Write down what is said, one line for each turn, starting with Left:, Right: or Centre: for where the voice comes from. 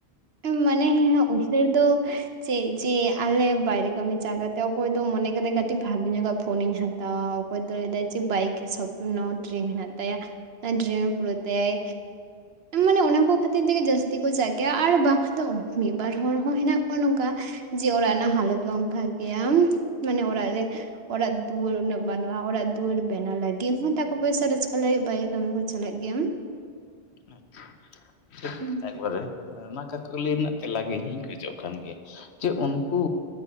Right: ᱢᱟᱱᱮ ᱩᱭᱦᱟᱹᱨ ᱫᱚ ᱪᱮᱫ ᱡᱮ ᱟᱞᱮ ᱵᱟᱭᱨᱮ ᱠᱟᱹᱢᱤ ᱪᱟ ᱠᱟᱛᱮ ᱚᱠᱚᱭ ᱫᱚ ᱢᱚᱱᱮ ᱠᱮᱫᱟᱭ ᱠᱟᱹᱴᱤᱡ ᱵᱷᱟᱜᱮ ᱧᱚᱜᱟᱜ ᱯᱷᱳᱱᱤᱧ ᱦᱟᱛᱟᱣᱼᱟ ᱚᱠᱚᱭ ᱫᱚᱭ ᱞᱟᱹᱭᱼᱟ ᱡᱮ ᱵᱟᱭᱤᱠ ᱮ ᱥᱚᱠ ᱱᱚ ᱰᱨᱤᱢ ᱦᱮᱸᱱᱟᱜ ᱛᱟᱭᱟ ᱰᱨᱤᱢ ᱮ ᱯᱩᱨᱟᱹ ᱛᱟᱭᱟᱭ ᱢᱟᱱᱮ ᱚᱱᱟ ᱠᱚ ᱠᱷᱟᱹᱛᱤᱨ ᱛᱮᱜᱮ ᱡᱟᱹᱥᱛᱤ ᱠᱚ ᱪᱟᱜ ᱜᱮᱭᱟ, ᱟᱨ ᱵᱟᱝ ᱫᱚ ᱢᱤᱫ ᱵᱟᱨ ᱦᱚᱲ ᱦᱚᱸ ᱦᱮᱱᱟᱜ ᱠᱚᱣᱟ ᱱᱚᱝᱠᱟ ᱡᱮ ᱚᱲᱟᱜ ᱨᱮᱱᱟᱜ ᱦᱟᱞᱚᱛ ᱵᱟᱝ ᱵᱷᱟᱜᱮᱭᱟ ᱢᱟᱱᱮ ᱚᱲᱟᱜ ᱨᱮ ᱚᱲᱟᱜ ᱫᱩᱣᱟᱹᱨ ᱩᱱᱟᱹᱜ ᱵᱟᱹᱱᱩᱜᱼᱟ ᱚᱲᱟᱜ ᱫᱩᱣᱟᱹᱨ ᱵᱮᱱᱟᱣ ᱞᱟᱹᱜᱤᱫ ᱦᱚᱸ ᱴᱟᱠᱟ ᱯᱚᱭᱥᱟ ᱨᱚᱡᱠᱟᱨ ᱞᱟᱹᱜᱤᱫ ᱵᱟᱭᱨᱮ ᱠᱟᱹᱢᱤ ᱠᱚ ᱪᱟᱞᱟᱜ ᱜᱮᱭᱟ᱾
Left: ᱟᱪᱪᱷᱟ
Right: ᱦᱮᱸ
Left: ᱴᱷᱤᱠᱼᱮᱵᱟᱨᱮ᱾ ᱚᱱᱟ ᱠᱟᱠᱞᱤ ᱨᱮᱱᱟᱜ ᱛᱮᱞᱟ ᱜᱮ ᱤᱧ ᱦᱚᱸᱧ ᱠᱷᱚᱡᱚᱜ ᱠᱟᱱ ᱜᱮᱭᱟ, ᱡᱮ ᱩᱱᱠᱩ